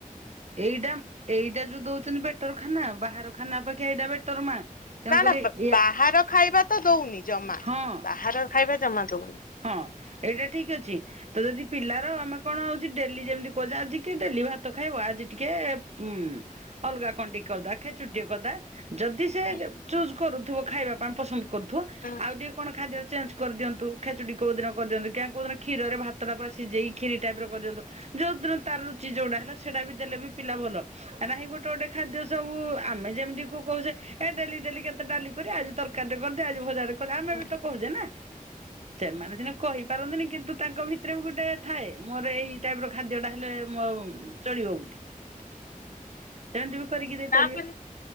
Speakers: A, on the right; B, on the left.
A: ଏଇଟା ଏଇଟା ଯୋଉ ଦଉଛନ୍ତି ବେଟର ଖାନା ବାହାର ଖାନା ଅପେକ୍ଷା ଏଇଟା ବେଟର ମା। ତେଣୁକରି
B: ନା ନା ଵା
A: ଏ
B: ବାହାର ଖାଇବା ତ ଦଉନି ଜମା।
A: ହଁ।
B: ବାହାର ଖାଇବା ଜମା ଦଉନି।
A: ହଁ ଏଇଟା ଠିକ ଅଛି। ତ ଯଦି ପିଲାର ଆମେ କଣ ହଉଛି ଡେଲି ଯେମିତି କହୁଛେ ଆଜି କିଏ ଡେଲି ଭାତ ଖାଇବ ଆଜି ଟିକେ ହୁଁ ଅଲଗା କଣ ଟିକେ କରିଦବା ଖେଚୁଡି ଟିକେ କରିଦବା। ଯଦି ସେ
B: ହୁଁ
A: ଚୁଜ କରୁଥିବ ଖାଇବା ପାଇଁ ପସନ୍ଦ କରୁ ଥିବ
B: ହୁଁ
A: ଆଉ ଟିକେ କଣ ଖାଦ୍ୟ ଚେଞ୍ କରିଦିଅନ୍ତୁ ଖେଚୁଡି କୋଉ ଦିନ କରିଦିଅନ୍ତୁ କାଇଁ
B: ହୁଁ
A: କୋଉଦିନ କ୍ଷୀରରେ ଭା ତ ଟା ପୁରା ଶିଝେଇ କ୍ଷିରି ଟାଇପ ର କରିଦିଅନ୍ତୁ ଯଉ ଦିନ ତାର ରୁଚି ଯୋଉଟା ହେଲା ସେଇଟା ବି ଦେଲେ ବି ପିଲା ଭଲ। କାହିଁକି ନା ଗୋଟେ ଗୋଟେ ଖାଦ୍ୟ ସବୁ ଆମେ ଯେମିତି କୁ କହୁଛେ ଏ ଡେଲି ଡେଲି କେତେ ଡାଲି କରିଆ ଆଜି ତରକାରୀଟେ କରିଦେ ଆଜି ଭଜାଟେ କରିଦେ ଆମେ
B: ହୁଁ
A: ବି ତ କହୁଛେ ନା। ସେମାନେ ସିନା କହିପାରନ୍ତିନି କିନ୍ତୁ ତାଙ୍କ ଭିତରେ ବି ଗୋଟେ ଥାଏ ମୋର ଏଇ ଟାଇପ ର ଖାଦ୍ୟ ଟା ହେଲେ ମୋ ଚଳିବ ବୋଲି।
B: <inaudible>
A: ସେମିତି ବି କରିକି ଦେଇ
B: ତାପରେ
A: ପାରିବେ।